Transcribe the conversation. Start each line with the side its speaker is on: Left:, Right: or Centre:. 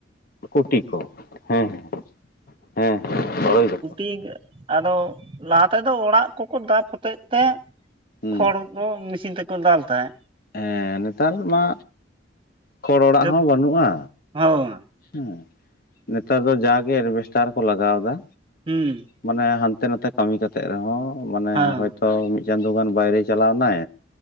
Left: ᱠᱩᱴᱤ? ᱠᱚ ᱦᱮᱸ ᱦᱮᱸ ᱵᱟᱲᱟᱭ ᱫᱟᱠᱚ
Right: ᱦᱳᱭ᱾ ᱴᱤ ᱟᱫᱚ ᱞᱟᱦᱟ ᱛᱮᱫᱚ ᱚᱲᱟᱜ ᱠᱚᱠᱚ ᱫᱟᱵ ᱦᱚᱛᱮᱡ ᱛᱮ
Left: ᱦᱩᱸ
Right: ᱠᱷᱚᱲ ᱜᱚ ᱢᱤᱥᱤᱱ ᱛᱮᱠᱚ ᱫᱟᱞ ᱛᱟᱦᱮᱸᱜ᱾
Left: ᱦᱮᱸ ᱱᱮᱛᱟᱨ ᱢᱟ ᱠᱷᱚᱲ ᱚᱲᱟᱜ
Right: ᱡᱚᱛ
Left: ᱦᱚᱸ ᱵᱟᱹᱱᱩᱜᱼᱟ᱾
Right: ᱦᱳᱭ
Left: ᱦᱩᱸ ᱱᱮᱛᱟᱨ ᱫᱚ ᱡᱟᱜᱮ ᱮᱨᱵᱮᱥᱴᱟᱨ ᱠᱚ ᱞᱟᱜᱟᱣ ᱫᱟ᱾
Right: ᱦᱩᱸ
Left: ᱢᱟᱱᱮ ᱦᱟᱱᱛᱮ ᱱᱟᱛᱮ ᱠᱟᱹᱢᱤ ᱠᱟᱛᱮᱜ ᱨᱮ ᱦᱚᱸ ᱢᱟᱱᱮ
Right: ᱦᱮᱸ
Left: ᱦᱚᱭ ᱛᱚ᱾ ᱚ ᱢᱤᱫ ᱪᱟᱸᱫᱳ ᱜᱟᱱ ᱵᱟᱭᱨᱮᱭ ᱪᱟᱞᱟᱣ ᱮᱱᱟᱭ